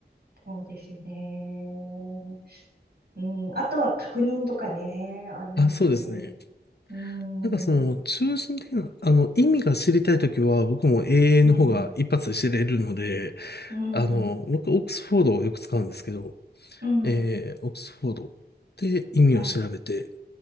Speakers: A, on the right; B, on the left.
A: そうですよね。うん。あとは確認とかね、ありますね。
B: あ、そうですね。
A: うーん、
B: なんかその、
A: う
B: 中心的な、あの、意味が知りたいときは、僕も AA の方が一発で知れるので、
A: ん、うん、
B: あの、僕、オックスフォードをよく使うんですけど、
A: うん、
B: えー、オックスフォードで意味を調べて、
A: はい、